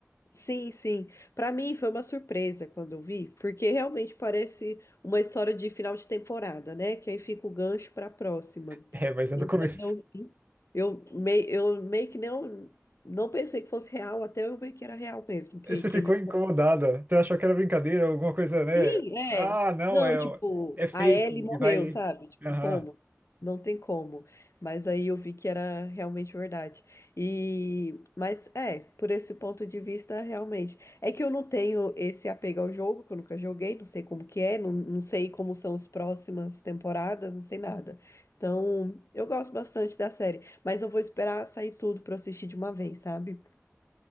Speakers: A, on the left; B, on the right.
A: Sim, sim. Para mim foi uma surpresa quando eu vi, porque realmente parece uma história de final de temporada, né? Que aí fica o gancho para a próxima.
B: É, mas é
A: E
B: do começo.
A: quando eu
B: <laughs>
A: vi, eu, mei, eu meio que não, não pensei que fosse real, até eu ver que era real mesmo, que,
B: Você
A: que
B: ficou
A: ele
B: incomodada. Você achou que era brincadeira, alguma coisa, né?
A: Sim, é.
B: Ah, não,
A: Não,
B: é,
A: tipo,
B: é fake,
A: a Ellie
B: ele
A: morreu,
B: vai.
A: sabe? Tipo,
B: Aham.
A: como? Não tem como. Mas aí eu vi que era realmente verdade. E, mas é, por esse ponto de vista, realmente. É que eu não tenho esse apego ao jogo, que eu nunca joguei, não sei como que é, não, não sei como são as próximas temporadas, não sei nada. Então, eu gosto bastante da série, mas eu vou esperar sair tudo pra eu assistir de uma vez, sabe?